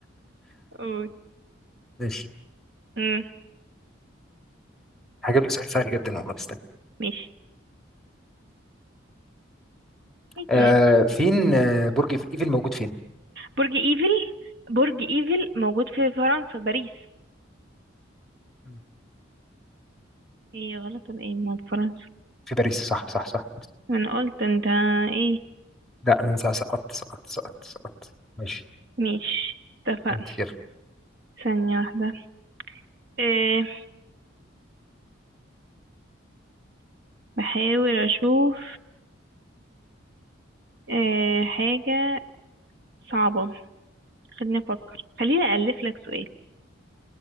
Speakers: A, on the right; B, in the centre.
A: قول
B: ماشي
A: امم
B: هجيب لك سؤال سهل جدا والله استنى
A: ماشي عادي
B: آه،
A: عادي
B: فين آه، برج ايفل موجود فين؟
A: برج ايفل برج ايفل موجود في فرنسا باريس
B: مم.
A: ايه غلط ولا ايه ما فرنسا
B: في باريس صح صح صح
A: انا قلت انت ايه
B: لا انا سقطت سقطت سقطت سقطت سقطت. ماشي
A: ماشي اتفقنا
B: انت يلا
A: ثانية واحدة آه، بحاول اشوف آه حاجة صعبة خليني افكر خليني أألف لك سؤال